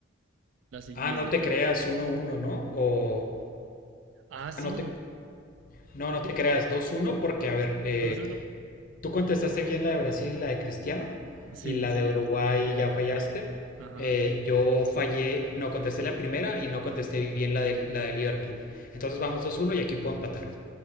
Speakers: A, on the right; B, on the left.
A: la siguiente.
B: Ah, no te creas uno uno, ¿no? O...
A: Ah, sí,
B: ah, no te... No, no te creas dos uno porque, a ver, eh,
A: dos, uno.
B: Tú contestaste bien la de Brasil, y la de Cristiano,
A: Sí,
B: y la
A: señor.
B: de Uruguay
A: Y la
B: ya
A: de
B: fallaste.
A: Uruguay. Ajá,
B: Eh, yo fallé, no contesté la primera y no contesté bien la de, la de Liverpool. Entonces vamos 2-1 y aquí puedo empatar.